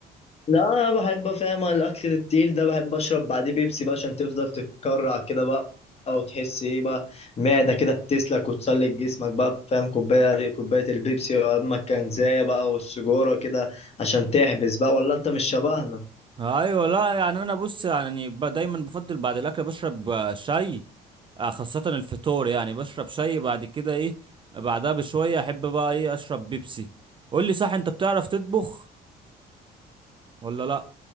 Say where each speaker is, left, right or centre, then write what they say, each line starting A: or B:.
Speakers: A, on the left; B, on the right.
A: لا أنا بحب فاهم الاكل التقيل ده بحب اشرب بعديه بيبسي بقى عشان تفضل تتكرع كده بقى او تحس ايه بقى المعده كده بتسلك وتسلك جسمك بقى فاهم كوبايه كوبايه البيبسي اما الكنزايه بقى والسجوره كده عشان تحبس بقى ولا انت مش شبهنا
B: ايوه لا يعني انا بص يعني ب- دايما بفضل بعد الاكل بشرب آه، شاي آه، خاصة الفطور يعني بشرب شاي بعد كده ايه بعدها بشوية احب بقى ايه اشرب بيبسي قول لي صح انت بتعرف تطبخ ولا لا